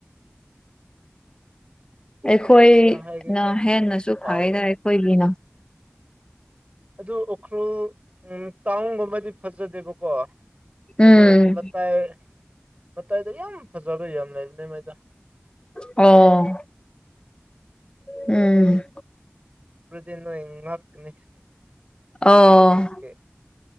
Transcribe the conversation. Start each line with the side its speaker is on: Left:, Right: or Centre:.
Left: ꯑꯩꯈꯣꯏꯅ
Right: ꯑꯩ ꯀꯔꯤꯔꯥ ꯍꯥꯏꯒꯦ ꯇꯧꯔ
Left: ꯍꯦꯟꯅꯁꯨ
Right: ꯀꯥꯎꯔꯦꯅꯦ
Left: ꯐꯩꯌ‌ꯦꯗ ꯑꯩꯈꯣꯏꯒꯤꯅ
Right: ꯑꯗꯨ ꯎꯈ꯭ꯔꯨꯜ ꯇꯥꯎꯟꯒꯨꯝꯕꯗꯤ ꯐꯖꯗꯦꯕꯀꯣ ꯑꯗꯨ
Left: ꯎꯝ
Right: ꯃꯇꯥꯏ ꯃꯇꯥꯏꯗ ꯌꯥꯝ ꯐꯖꯕ ꯌꯥꯝ ꯂꯩꯕꯅꯦ ꯃꯣꯏꯗꯣ꯫
Left: ꯑꯣ ꯎꯝ
Right: ꯑꯗꯨꯗꯤ ꯅꯣꯏ ꯉꯥꯛꯀꯅꯤ
Left: ꯑꯣ
Right: ꯅꯣꯏꯒꯤ